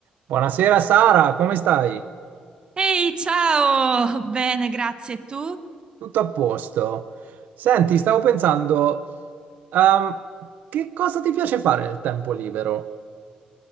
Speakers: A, on the right; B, on the right.
A: Buonasera Sara, come stai?
B: Ehi, ciao! Bene, grazie. Tu?
A: Tutto a posto? Senti, stavo pensando, ehm, che cosa ti piace fare nel tempo libero?